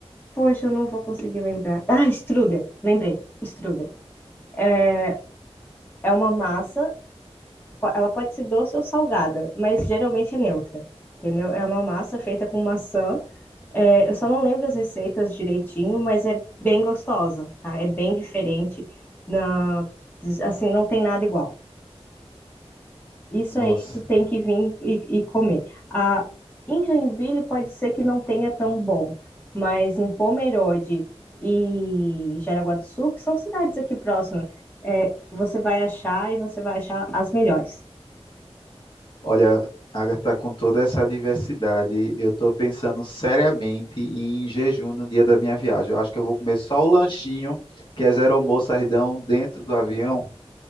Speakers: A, on the left; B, on the left.
A: Poxa, eu não vou conseguir lembrar. Ah, strudel, lembrei. Strudel. É é uma massa, po- ela pode ser doce ou salgada, mas geralmente é neutra, entendeu? É uma massa feita com maçã. É, eu só não lembro as receitas direitinho, mas é bem gostosa, tá? É bem diferente. Na, assim, não tem nada igual. Isso
B: Nossa,
A: aí tu tem que vir e, e comer. Ah, em Joinville pode ser que não tenha tão bom, mas em Pomerode e Jaraguá do Sul, que são cidades aqui próximas, é, você vai achar e você vai achar as melhores.
B: olha, Agatha, tá com toda essa diversidade, eu estou pensando seriamente em jejum no dia da minha viagem. Eu acho que eu vou comer só o lanchinho, que é zero almoço, sardão, dentro do avião.